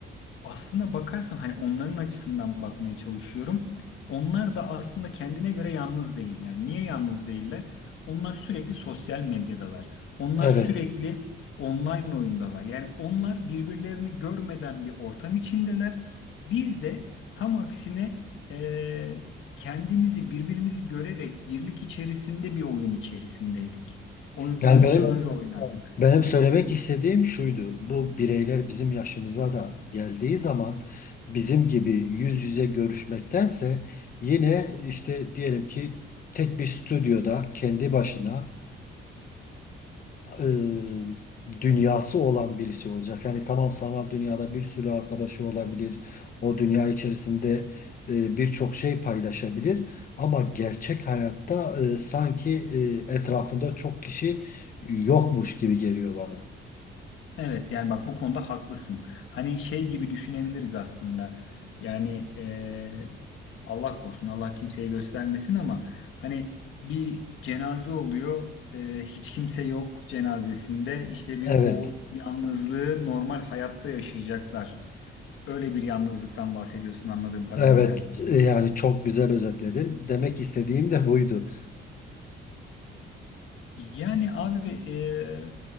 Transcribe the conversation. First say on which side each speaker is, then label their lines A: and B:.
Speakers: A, on the left; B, on the left.
A: aslında bakarsan hani onların açısından bakmaya çalışıyorum. Onlar da aslında kendine göre yalnız değiller. Niye yalnız değiller? Onlar sürekli sosyal medyadalar. Onlar
B: Evet.
A: sürekli online oyundalar. Yani onlar birbirlerini görmeden bir ortam içindeler. Biz de tam aksine eee, kendimizi birbirimizi görerek birlik içerisinde bir oyun içerisindeydik. Oyunlarımızı
B: Yani benim
A: öyle oynardık.
B: benim söylemek istediğim şuydu. Bu bireyler bizim yaşımıza da geldiği zaman bizim gibi yüz yüze görüşmektense yine işte diyelim ki tek bir stüdyoda kendi başına e, dünyası olan birisi olacak. Yani tamam sanal dünyada bir sürü arkadaşı olabilir. O dünya içerisinde e, birçok şey paylaşabilir. Ama gerçek hayatta e, sanki e, etrafında çok kişi yokmuş gibi geliyor bana.
A: Evet yani bak bu konuda haklısın. Hani şey gibi düşünebiliriz aslında. Yani eee, Allah korusun Allah kimseye göstermesin ama hani bir cenaze oluyor. eee, hiç kimse yok cenazesinde. İşte bir
B: Evet.
A: o yalnızlığı normal hayatta yaşayacaklar. Öyle bir yalnızlıktan bahsediyorsun anladığım kadarıyla.
B: Evet. e, Yani çok güzel özetledin. Demek istediğim de buydu.
A: Yani abi eee,